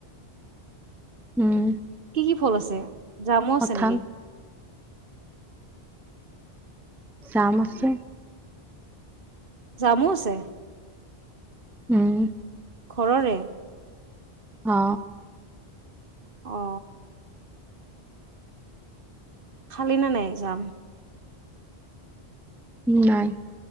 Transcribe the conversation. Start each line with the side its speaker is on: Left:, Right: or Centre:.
Centre: উম।
Right: কি, কি ফল আছে? জামো
Centre: কঠাল
Right: আছে নেকি?
Centre: জাম আছে।
Right: জামো আছে?
Centre: উম।
Right: ঘৰৰে।
Centre: অ।
Right: অ খালি নে নাই জাম?
Centre: নাই।